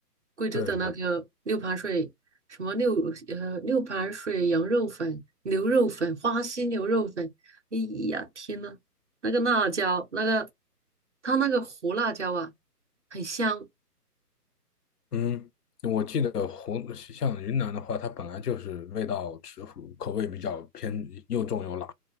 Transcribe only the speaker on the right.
贵州的那个六盘水什么六呃六盘水羊肉粉、
牛肉粉、花溪牛肉粉，哎呀，天呐，那个辣椒，那个它那个胡辣椒啊，很香，